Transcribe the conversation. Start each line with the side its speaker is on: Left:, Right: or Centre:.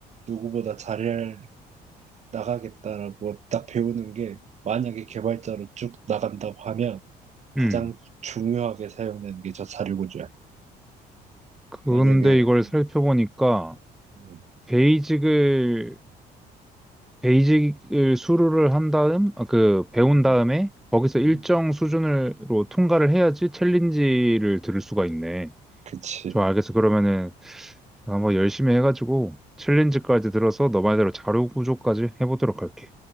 Right: 누구보다 잘 나가겠다라고 딱 배우는 게 만약에 개발자로 쭉 나간다고 하면 가장
Centre: 음.
Right: 중요하게 사용되는 게 저 자료 구조야.
Centre: 근데
Right: 만약에
Centre: 이걸 살펴보니까,
Right: 음,
Centre: 베이직을, 베이직을 수료를 한 다음, 아, 그, 배운
Right: 음,
Centre: 다음에, 거기서
Right: 음,
Centre: 일정 수준으로 통과를 해야지 챌린지를 들을 수가 있네.
Right: 그치
Centre: 좋아, 알겠어. 그러면은, 한번 열심히 해가지고, 챌린지까지 들어서 너 말대로 자료 구조까지 해보도록 할게.